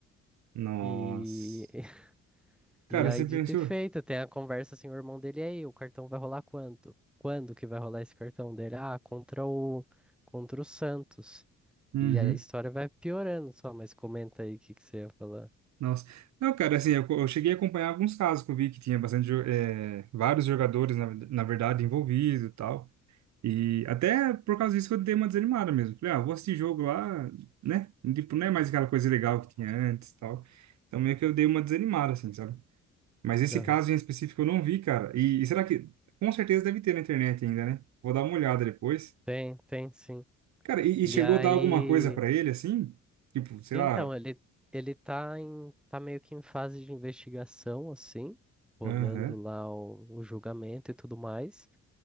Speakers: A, on the right; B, in the centre.
A: Nossa.
B: E, <laughs>
A: Cara,
B: e aí,
A: você
B: dito
A: pensou?
B: e feito, tem a conversa assim, o irmão dele, e aí, o cartão vai rolar quanto? Quando que vai rolar esse cartão dele? Ah, contra o, contra o Santos.
A: Uhum.
B: E aí a história vai piorando só, mas comenta aí o que que você ia falar.
A: Nossa. Não, cara, assim, eu, eu cheguei a acompanhar alguns casos que eu vi que tinha bastante, jo- eh, vários jogadores, na, na verdade, envolvidos e tal. E até por causa disso que eu dei uma desanimada mesmo. Falei, ah, vou assistir jogo lá, né? Tipo, não é mais aquela coisa legal que tinha antes e tal. Então meio que eu dei uma desanimada, assim, sabe? Mas esse
B: Aham.
A: caso em específico eu não vi, cara. E, e será que, com certeza deve ter na internet ainda, né? Vou dar uma olhada depois.
B: Tem, tem, sim.
A: Cara, e,
B: E
A: e chegou
B: aí.
A: a dar alguma coisa pra ele, assim? Tipo, sei
B: Então,
A: lá.
B: ele, ele tá em, tá meio que em fase de investigação, assim, rolando
A: Aham.
B: lá o, o julgamento e tudo mais,